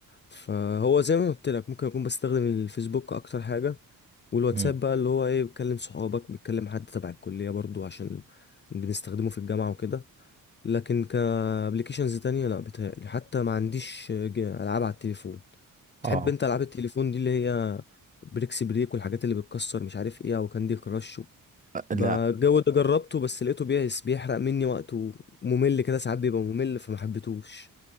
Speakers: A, on the left (about 35°); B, on the right (about 25°).
A: فهو زي ما قلت لك ممكن اكون بستخدم الفيسبوك اكتر حاجة والواتساب
B: مم.
A: بقى اللي هو ايه بتكلم صحابك بتكلم حد تبع الكلية برضو عشان بنستخدمه في الجامعة وكده لكن كابليكيشنز تانية لا بيتهيألي حتى ما عنديش ج- ألعاب على التليفون
B: اه
A: تحب انت ألعاب التليفون دي اللي هي بريكس بريك والحاجات اللي بتكسر مش عارف ايه او كاندي كراش بقى
B: لا
A: الجو ده جربته بس لقيته بيس بيحرق مني وقت وممل كده ساعات بيبقى ممل فما حبيتهوش